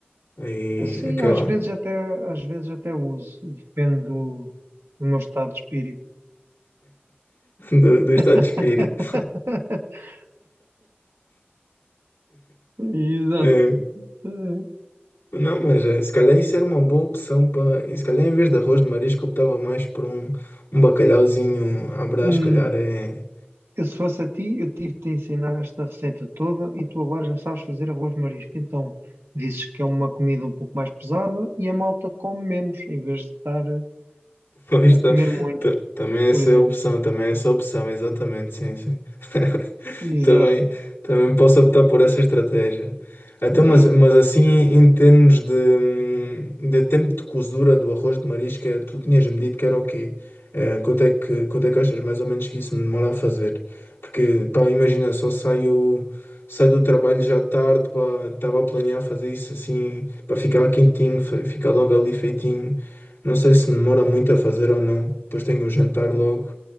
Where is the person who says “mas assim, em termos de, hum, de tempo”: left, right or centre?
Left